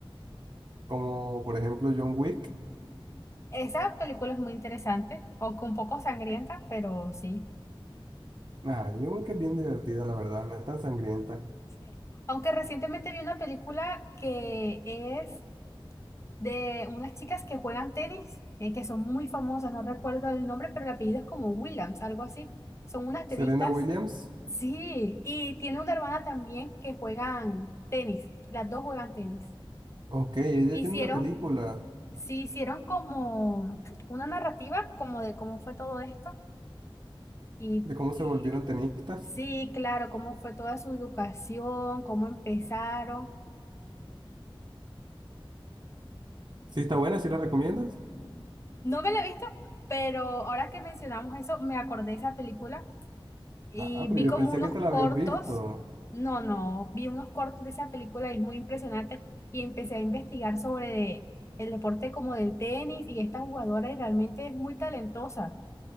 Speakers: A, on the right; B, on the left.
A: Como por ejemplo John Wick.
B: Esa película es muy interesante, aunque un poco sangrienta, pero sí.
A: Ah, John Wick es bien divertida, la verdad, no es tan sangrienta.
B: Sí. Aunque recientemente vi una película que es de unas chicas que juegan tenis, eh, que son muy famosas, no recuerdo el nombre, pero el apellido es como Williams, algo así. Son unas tenistas.
A: Serena Williams.
B: Sí, y tiene una hermana también que juegan tenis, las dos juegan tenis.
A: Ok, ella
B: Hicieron,
A: tiene una película
B: sí, hicieron como una narrativa como de cómo fue todo esto y
A: de cómo
B: y-
A: se volvieron tenistas.
B: sí, claro, cómo fue toda su educación, cómo empezaron
A: Sí, está buena, ¿sí la recomiendas?
B: No me la he visto, pero ahora que mencionamos eso, me acordé de esa película y
A: Ah, pero
B: vi
A: yo
B: como
A: pensé
B: unos
A: que te la
B: cortos.
A: habías visto.
B: No, no, vi unos cortos de esa película y es muy impresionante. Y empecé a investigar sobre de- el deporte como del tenis y esta jugadora y realmente es muy talentosa.